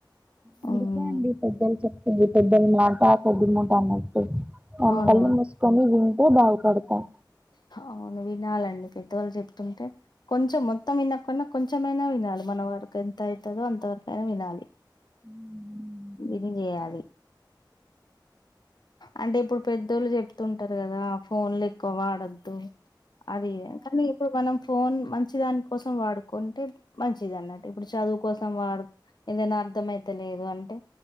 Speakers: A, on the right; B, on the left.
A: అందుకే
B: ఉమ్
A: అండి పెద్దలు చెప్తుంది, పెద్దలు మ బా పెద్ద మూట అన్నట్టు ఆల్లు
B: అవును
A: కల్లు మూసుకొని వింటు బాధపడతాం.
B: అవును వినాలండి పెద్దవాళ్ళు చెప్తుంటే, కొంచెం మొత్తం వినకున్న కొంచెమైనా వినాలి. మన వ మాకు ఎంత ఐతదో అంతవరకైనా వినాలి.
A: ఉమ్
B: విని చేయాలి. అంటే ఇప్పుడు పెద్దోళ్ళు చెప్తుంటారు కదా, ఫోన్లు ఎక్కువ వాడద్దు. అది కనీ ఇప్పుడు మనం ఫోన్ మంచిదాని కోసం వాడుకుంటే మంచిది అన్నట్టు, ఇప్పుడు చదువు కోసం వాడు, ఏదైనా అర్థంమయి తలేదు అంటే